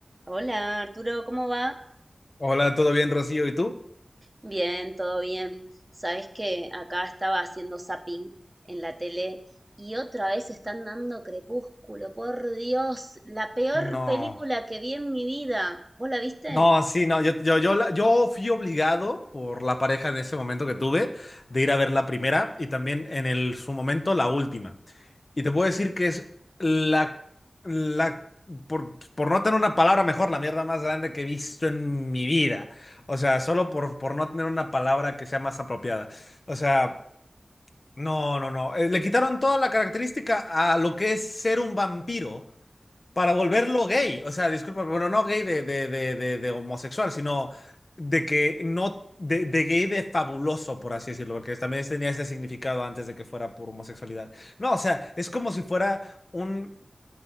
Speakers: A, on the right; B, on the left.
A: Hola Arturo, ¿cómo va?
B: Hola, ¿todo bien, Rocío? ¿Y tú?
A: Bien, todo bien. Sabes que acá estaba haciendo zapping en la tele y otra vez están dando Crepúsculo. Por Dios, la peor
B: No,
A: película que vi en mi vida. ¿Vos la viste?
B: no, sí, no, yo, yo, yo, la- yo fui obligado por la pareja en ese momento que tuve de ir a ver la primera y también en el, su momento la última. Y te puedo decir que es la, la, por, por no tener una palabra mejor, la mierda más grande que he visto en mi vida. O sea, solo por, por no tener una palabra que sea más apropiada. O sea, no, no, no. Eh, Le quitaron toda la característica a lo que es ser un vampiro. para volverlo gay. O sea, disculpa, pero no gay de, de, de, de, de homosexual, sino de que no. De, de gay de fabuloso, por así decirlo, porque también tenía ese significado antes de que fuera por homosexualidad. No, o sea, es como si fuera un,